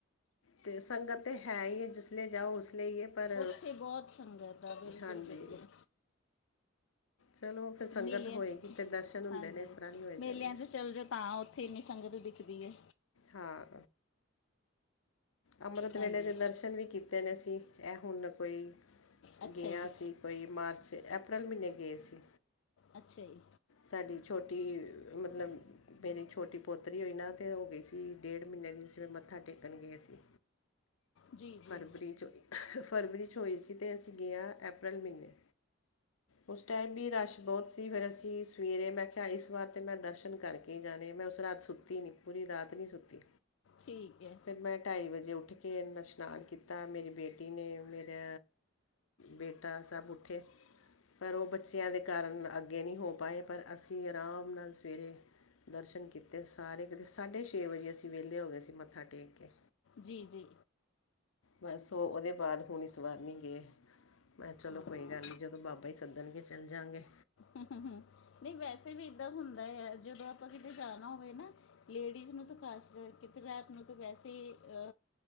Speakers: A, on the left (about 85°); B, on the left (about 70°).
A: ਤੇ ਸੰਗਤ ਤਾਂ ਹੈ ਈ ਏ ਜਿਸਲੇ ਜਾਓ ਉਸ ਲੇ ਈ ਏ। ਪਰ
B: ਉੱਥੇ ਬਹੁਤ ਸੰਗਤ ਆ ਬਿਲਕੁਲ
A: ਹਾਂਜੀ
B: ਬਿਲਕੁਲ
A: ਚਲੋ ਫਿਰ ਸੰਗਤ
B: ਮੇਲੇਆਂ
A: ਹੋਏਗੀ
B: ਚ
A: ਅਤੇ ਦਰਸ਼ਨ ਹੁੰਦੇ
B: ਹਾਂਜੀ
A: ਨੇ ਇਸ ਤਰ੍ਹਾਂ ਨਹੀਂ ਹੋਏ
B: ਮੇਲਆਂ
A: ਜਾਂਦੇ
B: ਚ ਚੱਲ ਜੋ ਤਾਂ ਓਥੇ ਇੰਨੀ ਸੰਗਤ ਦਿਖ ਦੀ ਏ।
A: ਹਾਂ। ਅੰਮ੍ਰਿਤ
B: ਹਾਂਜੀ
A: ਵੇਲੇ ਦੇ ਦਰਸ਼ਨ ਵੀ ਕੀਤੇ ਨੇ ਅਸੀ ਐ ਹੁਣ ਕੋਈ
B: ਅੱਛਾ
A: ਗੇ
B: ਜੀ
A: ਆ ਅਸੀ ਕੋਈ ਮਾਰਚ ਐਪ੍ਰੈਲ ਮੀਨੇ ਗਏ ਸੀਂ।
B: ਅੱਛਾ ਜੀ।
A: ਸਾਡੀ ਛੋਟੀ ਮਤਲਬ ਮੇਰੀ ਛੋਟੀ ਪੋਤਰੀ ਹੋਈ ਨਾ ਤੇ ਹੋ ਗਈ ਸੀ ਡੇਢ ਮੀਨੇ ਦੀ ਅਸੀਂ ਫੇਰ ਮੱਥਾ ਟੇਕਣ ਗਏ ਸੀ।
B: ਜੀ ਜੀ
A: ਫਰਵਰੀ ਚ ਫਰਵਰੀ ਚ ਹੋਈ ਸੀ ਤੇ ਅਸੀਂ ਗਏ ਹਾਂ ਅਪ੍ਰੈਲ ਮੀਨੇ ਉਸ ਟਾਈਮ ਵੀ ਰਾਸ਼ ਬੋਤ ਸੀ ਫਿਰ ਅਸੀਂ ਸਵੇਰੇ ਮੈਂ ਕੇਹਾ ਇਸ ਵਾਰ ਤੇ ਮੈਂ ਦਰਸ਼ਨ ਕਰਕੇ ਜਾਣੇ ਆ ਮੈ ਉਸ ਰਾਤ ਸੁੱਤੀ ਨੀ ਪੂਰੀ ਰਾਤ ਨੀ ਸੁੱਤੀ।
B: ਠੀਕ ਐ।
A: ਫਿਰ ਮੈਂ ਢਾਈ ਵਜੇ ਉੱਠ ਕੇ ਨਸ਼ਨਾਨ ਕੀਤਾ ਮੇਰੀ ਬੇਟੀ ਨੇ ਮੇਰੇ ਬੇ ਤਾਂ ਸਭ ਉੱਠੇ। ਪਰ ਓ ਬੱਚਿਆਂ ਦੇ ਕਾਰਨ ਅੱਗੇ ਨਈ ਹੋ ਪਾਏ ਪਰ ਅਸੀਂ ਆਰਾਮ ਨਾਲ ਸਵੇਰੇ ਦਰਸ਼ਨ ਕਰ ਕੀਤੇ ਸਾਰੇ ਕਿਤੇ ਸਾਢੇ ਛੇ ਵਜੇ ਅਸੀਂ ਵੇਲੇ ਹੋਗੇ ਸੀ ਮੱਥਾ ਟੇਕ ਕੇ।
B: ਜੀ-ਜੀ।
A: ਬਸ ਉਹ ਉਹਦੇ ਬਾਅਦ ਹੁਣ ਇਸ ਵਾਰ ਨਹੀਂ ਗਏ ਮੈਂ ਕਿਹਾ ਚਲੋ
B: ਹਾਂ
A: ਕੋਈ ਗੱਲ ਨਹੀਂ ਜਦੋਂ ਬਾਬਾ ਹੀ ਸੱਦਣਗੇ ਚੱਲ ਜਾਂਗੇ
B: ਹ ਨਹੀਂ ਵੈਸੇ ਵੀ ਏਦਾਂ ਹੁੰਦਾ ਆ ਜਦੋਂ ਆਪਾਂ ਕਿਤੇ ਜਾਣਾ ਹੋਵੇ ਨਾ ਲੇਡੀਜ਼ ਨੂੰ ਤਾਂ ਖ਼ਾਸ ਕਰਕੇ ਕਿਤੇ ਰਾਤ ਨੂੰ ਤਾਂ ਵੈਸੇ ਅ